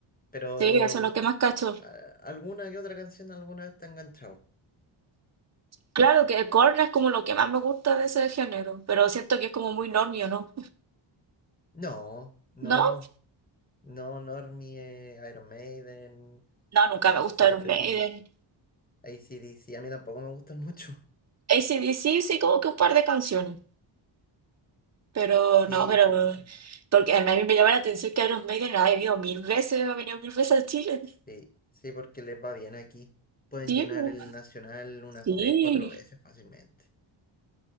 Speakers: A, on the left; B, on the right.
A: Pero
B: sí, eso es lo que más cacho.
A: a- alguna que otra canción alguna vez te ha enganchado.
B: Claro que Korn es como lo que más me gusta de ese género, pero siento que es como muy normio, ¿no?
A: No, no,
B: ¿No?
A: no, Normie, eh, Iron Maiden,
B: No, nunca
A: Led
B: me gusta
A: Zeppelin,
B: Iron Maiden.
A: AC/DC, a mí tampoco me gustan mucho.
B: AC/DC sí, como que un par de canciones. Pero
A: Sí,
B: no, pero.
A: son buenos.
B: Porque a mí me llama la atención que Iron Maiden la he venido mil veces, ha venido mil veces a Chile.
A: Sí, sí, porque les va bien aquí. Pueden
B: Sí,
A: llenar
B: po,
A: el Nacional unas
B: sí.
A: tres, cuatro veces fácilmente.